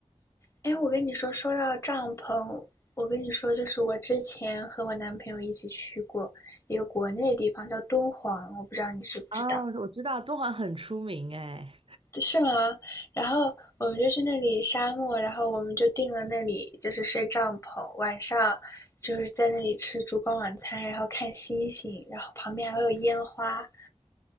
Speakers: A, on the left; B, on the right.
A: 哎，我跟你说，说到帐篷，我跟你说，就是我之前和我男朋友一起去过一个国内的地方，叫敦煌，我不知道你知不知道，
B: 哦，我知道敦煌很出名哎。
A: 是吗？然后我们就去那里沙漠，然后我们就定了那里，就是睡帐篷，晚上就是在那里吃烛光晚餐，然后看星星，然后旁边还会有烟花，